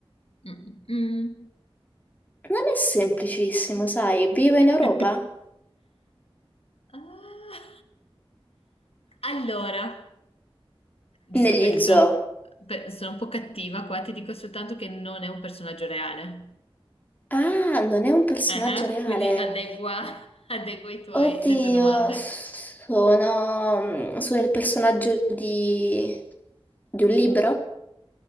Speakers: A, on the left; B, on the left.
A: Mm, mm.
B: Non è semplicissimo, sai? Vivo in Europa?
A: <laughs> Ah. Allora, giusto
B: Negli
A: perché
B: zoo.
A: sono, per- sono un po' cattiva qua, ti dico soltanto che non è un personaggio reale.
B: Ah, non è un personaggio
A: Ah,
B: reale.
A: quindi adegua, <laughs> adegua i tuoi-
B: Oddio,
A: le tue domande.
B: sono, mm, sono il personaggio di, di un libro?